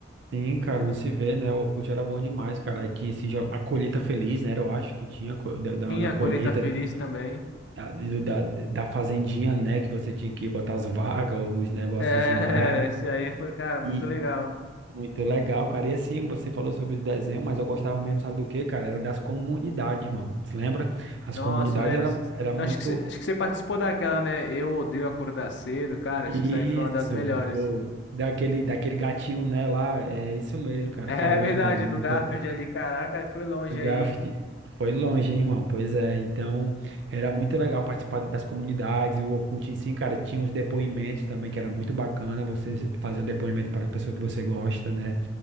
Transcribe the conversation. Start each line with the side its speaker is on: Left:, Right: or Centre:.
Right: Sim, cara, não se vê, né? O Orkut era bom demais, cara. Aí Tinha esse, jo- a colheita feliz, né? Eu acho que tinha co- da, da,
Left: Tinha
Right: da colheita
Left: a Colheita Feliz também.
Right: da, do- da, da fazendinha, né? Que você tinha que botar as vagas, os negócios
Left: É,
Right: lá.
Left: <laughs> esse aí foi, cara,
Right: E
Left: muito legal.
Right: muito legal, cara. E assim, você falou sobre os desenhos, mas eu gostava mesmo, sabe do quê, cara? Era das comunidades, irmão. Você lembra? As
Left: Nossa,
Right: comunidades
Left: eu lembro.
Right: era,
Left: Você-
Right: era
Left: Então,
Right: muito.
Left: acho que, você- acho que você participou daquela, né? Eu odeio acordar cedo, cara.
Right: Isso,
Left: Acho que isso aí foi uma das melhores.
Right: do, daquele, daquele gatinho, né? Lá, é isso mesmo,
Left: <laughs>
Right: cara.
Left: É
Right: Caramba,
Left: verdade,
Right: é muito.
Left: do Garfield ali. Caraca, foi longe
Right: O Garfield
Left: aí, hein?
Right: foi longe, hein, irmão? Pois é, então era muito legal participar das comunidades, o Orkut em si, cara, tinha os depoimentos também, que era muito bacana você fazer um depoimento para a pessoa que você gosta, né?